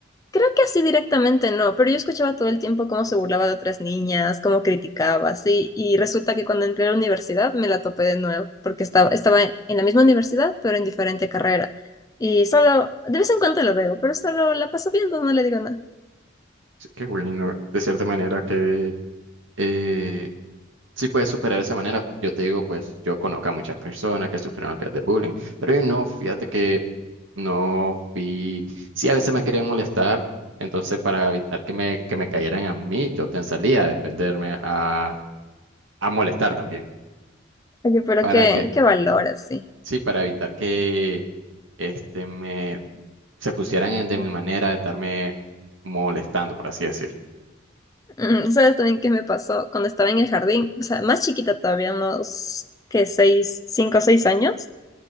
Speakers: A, on the left; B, on the right.
A: creo que así directamente no, pero yo escuchaba todo el tiempo cómo se burlaba de otras niñas, cómo criticaba, así, y resulta que cuando entré a la universidad me la topé de nuevo, porque estaba, estaba en la misma universidad, pero en diferente carrera. Y solo, de vez en cuando la veo, pero solo la paso viendo, no le digo nada.
B: Sí, Qué bueno, de cierta manera que eh, sí puedes superar de esa manera. Yo te digo, pues yo conozco a muchas personas que sufrieron de bullying, pero yo no, fíjate que no fui. Sí, a veces me querían molestar, entonces para evitar que me, que me cayeran a mí, yo te salía a defenderme, a, a molestar también.
A: Oye, pero
B: ¿Para
A: qué,
B: qué?
A: qué valor así.
B: Sí, para evitar que este me se pusieran en- de mi manera de estarme molestando, por así decir.
A: Mm, ¿Sabes también qué me pasó? Cuando estaba en el jardín, o sea, más chiquita todavía, unos, que seis, cinco o seis años.